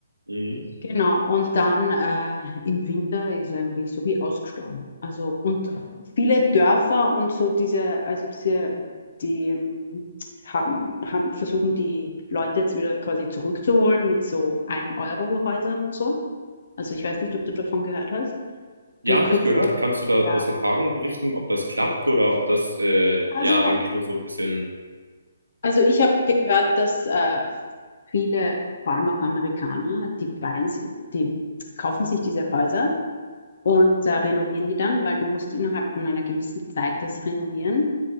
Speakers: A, on the right; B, on the left.
A: Mhm.
B: Genau, und dann äh, im Winter ist eigentlich so wie ausgestorben. Also, und viele Dörfer und so diese, also diese, die ähm, haben, haben versuchen die Leute jetzt wieder quasi zurückzuholen mit so ein euro häusern und so. Also ich weiß nicht, ob du davon gehört hast.
A: Ja,
B: Du kriegst
A: habe ich gehört. Kannst du da
B: ja,
A: aus Erfahrung berichten, ob das klappt oder ob das äh, ja
B: also,
A: eigentlich nur so ein bisschen.
B: also ich habe gehört, dass äh, viele, vor allem auch Amerikaner, die, bein's- die kaufen sich diese Häuser Und äh, renovieren die dann, weil du musst innerhalb von einer gewissen Zeit das renovieren.